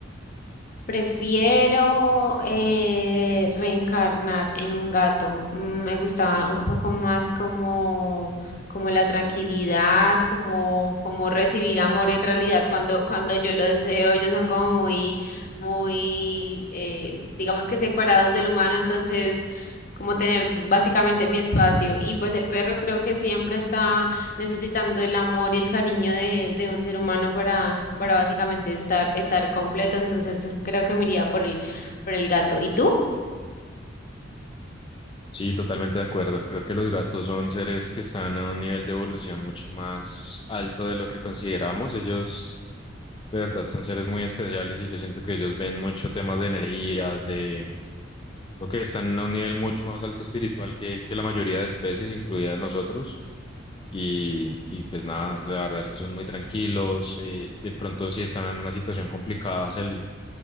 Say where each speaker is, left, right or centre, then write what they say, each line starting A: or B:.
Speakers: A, on the left; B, on the left.
A: Prefiero eh, reencarnar en un gato. Mm, Me gusta un poco más como, como la tranquilidad, como, como recibir amor en realidad cuando, cuando yo lo deseo. Ellos son como muy, muy, eh, digamos que separados del humano, entonces como tener básicamente mi espacio. Y pues el perro creo que siempre está necesitando el amor y el cariño de, de un ser humano para, para básicamente estar, estar completo. Entonces eh, creo que me iría por el, por el gato. ¿Y tú?
B: Sí, totalmente de acuerdo. Creo que los gatos son seres que están a un nivel de evolución mucho más alto de lo que consideramos. Ellos De verdad, son seres muy especiales y yo siento que ellos ven mucho temas de energías, de... Creo que están a un nivel mucho más alto espiritual que, que la mayoría de especies, incluida nosotros. Y, y pues nada, la verdad es que son muy tranquilos. eh, de pronto, si están en una situación complicada, se, l-